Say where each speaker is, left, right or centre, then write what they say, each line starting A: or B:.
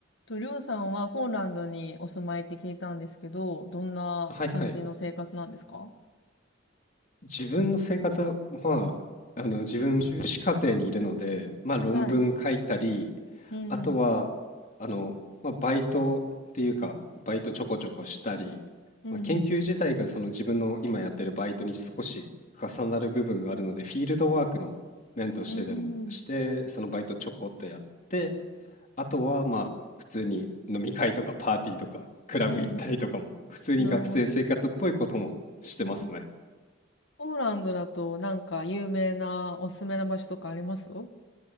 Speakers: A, on the left (about 65°); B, on the left (about 40°).
A: と、りょうさんはポーランドにお住まいって聞いたんですけど、どんな感じの生活なんですか
B: はいはい。自分の生活は、まあ、あの、自分、修士課程にいるので、まあ、論文書いたり、
A: はい。うんうん。
B: あとは、あの、まあ、バイトっていうか、バイトちょこちょこしたり、
A: うんうん。
B: まあ、研究自体がその自分の今やってるバイトに少し重なる部分があるので、フィールドワークの面としてでも、
A: うん。
B: して、そのバイトちょこっとやって、あとは、まあ、普通に飲み会とかパーティーとか、クラブ行ったりとかも、
A: うんう
B: 普通に学生生活っぽいこともしてますね。
A: ん。なるほど。うんポーランドだとなんか有名なおすすめな場所とかあります旅